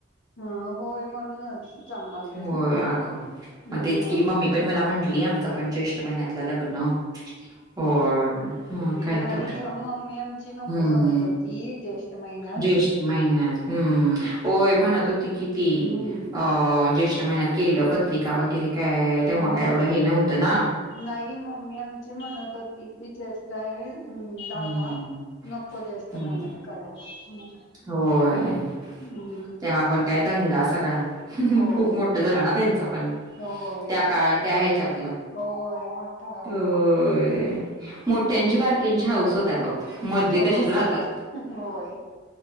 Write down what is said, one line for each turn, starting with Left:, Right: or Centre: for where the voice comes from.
Left: हा होय म्हणूनच सांगालोय
Right: होय आग
Left: मग
Right: म तेच की ममी <inaudible> पण मला म्हंटलीय आमच पण ज्येष्ठ महिन्यातलं लग्न होय. हम् काय
Left: नाही
Right: तर
Left: मम्मी आमची नको
Right: हम्मम्.
Left: म्हणत होती ज्येष्ठ महिन्यात
Right: ज्येष्ठ महिन्यात हम्म ओय म्हणत होती किती
Left: हम्म
Right: कि अ ज्येष्ठ महिन्यात केलं पत्रिका वगैरे काय तेव्हा
Left: हो
Right: काय एवढं हे. ये नव्हत नन
Left: नाही मम्मी आमची म्हणत होती की ज्येष्ठ आहे दादा
Right: हम्म
Left: नको जास्त
Right: हम्म
Left: मेहनत कराल हम्.
Right: होय <inaudible>
Left: हम्म <inaudible>
Right: आपण काय दंगा सगळा
Left: होय
Right: खूप मोठा झाला ना त्यांचा पण
Left: होय
Right: त्या काळात त्या ह्यायच्यातलं
Left: होय मोठ झालं
Right: होय. मोठ्यांची
Left: हम्म
Right: बारक्यांची हाऊस होता बघ. मधले
Left: होय.
Right: तसेच राहतात
Left: होय